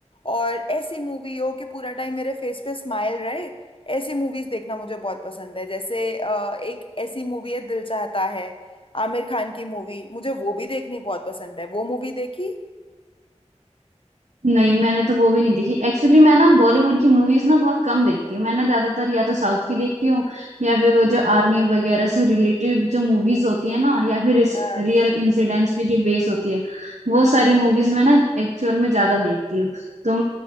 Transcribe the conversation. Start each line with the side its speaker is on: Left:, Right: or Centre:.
Left: और ऐसी मूवी हो कि पूरा टाइम मेरे फेस पे स्माइल रहे ऐसी मूवीज देखना मुझे बहुत पसंद है जैसे अ, एक ऐसी मूवी है दिल चाहता है आमिर खान की मूवी मुझे वो भी देखनी बहुत पसंद है वो मूवी देखी
Right: नहीं मैंने तो वो भी नहीं देखी एक्चुअली मैं ना बॉलीवुड की मूवीज ना बहुत कम देखती हूँ मैं ना ज्यादातर या तो साउथ की देखती हूँ या फिर वो जो आर्मी वगैरह से रिलेटेड जो मूवीज होती है ना या फिर
Left: अ,
Right: रियल इंसिडेंट्स पे जो बेस होती है वो सारी मूवीज मैं ना एक्चुअल में ज्यादा देखती हूँ तो